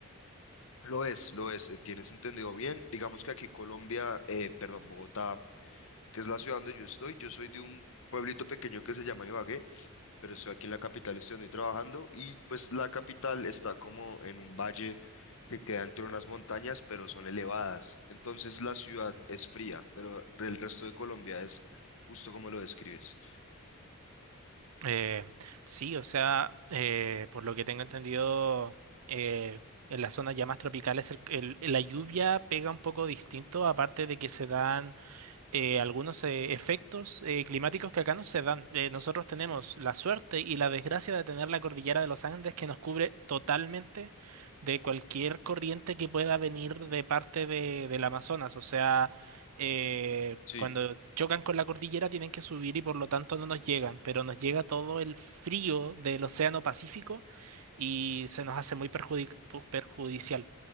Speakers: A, on the left (about 65°); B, on the right (about 75°).
A: Lo es, lo es, eh, tienes entendido bien. Digamos que aquí Colombia, eh, perdón, Bogotá, que es la ciudad donde yo estoy, yo soy de un pueblito pequeño que se llama Ibagué, pero estoy aquí en la capital, estoy donde trabajando y pues la capital está como en un valle que queda entre unas montañas, pero son elevadas. Entonces la ciudad es fría, pero el resto de Colombia es justo como lo describes.
B: Eh, sí, o sea, eh, por lo que tengo entendido, eh, en las zonas ya más tropicales el- el- la lluvia pega un poco distinto, aparte de que se dan eh, algunos eh, efectos eh, climáticos que acá no se dan. Eh, nosotros tenemos la suerte y la desgracia de tener la cordillera de los Andes que nos cubre totalmente de cualquier corriente que pueda venir de parte de, del Amazonas. O sea, eh,
A: Sí,
B: cuando chocan con la cordillera tienen que subir y por lo tanto no nos llegan, pero nos llega todo el frío del Océano Pacífico y se nos hace muy perjudic- perjudicial.